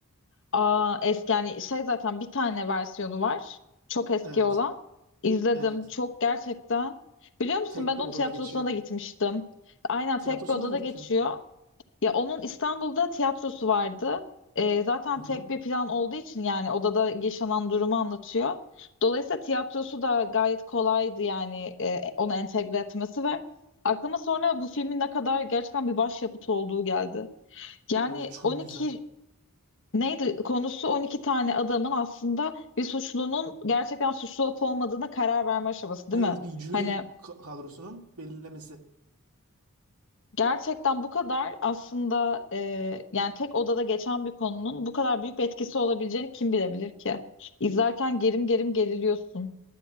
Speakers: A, on the left; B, on the right.
A: Aa, eski yani şey zaten bir tane versiyonu var. Çok eski
B: Evet.
A: olan. İzledim.
B: Evet.
A: Çok gerçekten. Biliyor musun
B: Tek
A: ben onun
B: bir odada
A: tiyatrosuna
B: geçiyor.
A: da gitmiştim. Aynen
B: Tiyatrosuna
A: tek bir odada
B: mı gittin?
A: geçiyor. Ya onun İstanbul'da tiyatrosu vardı. Ee, zaten
B: Hı hı.
A: tek bir plan olduğu için yani odada yaşanan durumu anlatıyor. Dolayısıyla tiyatrosu da gayet kolaydı yani e, onu entegre etmesi ve aklıma sonra bu filmin ne kadar gerçekten bir başyapıt olduğu geldi. Yani
B: Evet, çok
A: 12
B: güzel.
A: Neydi konusu 12 tane adamın aslında bir suçlunun gerçekten suçlu olup olmadığına karar verme aşaması değil
B: Evet
A: mi?
B: bir jüri
A: Hani
B: ka- kadrosunun belirlemesi.
A: gerçekten bu kadar aslında e, yani tek odada geçen bir konunun bu kadar büyük bir etkisi olabileceğini kim bilebilir ki? İzlerken gerim gerim geriliyorsun.